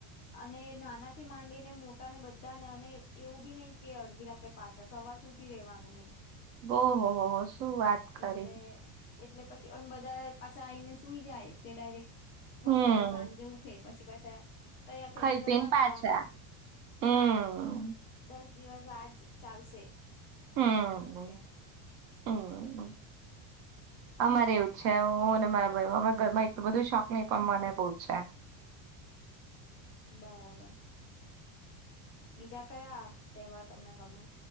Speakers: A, on the left; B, on the right.
A: અને નાનાથી માંડીને મોટા ને બધા ને અને એવું બી નહી કે અડધી રાત્રે પાછા સવાર સુધી રેવાનું એમ-
B: ઓહ હો શું વાત કરે
A: એટલે એટલે પછી અને બધા પાછા આવીને સુઈ જાય તે ડાયરેક્ટ બપોરે
B: હમ
A: સાંજે ઉઠે. પછી પાછા તૈયાર થઈને
B: ખાઈ
A: ગરબા
B: પીન પાછા.
A: ગાવાનો
B: હમ્મ.
A: દસ દિવસ આજ ચાલશે.
B: હમ
A: એવું છે.
B: હમ અમારે એવું છે. હું અને મારા ભાઈ <unintelligible> અમે ઘરમાં એટલું બધું શોખ ની પણ મને બવ છે.
A: બરાબર. બીજા કયા તહેવાર તમને ગમે?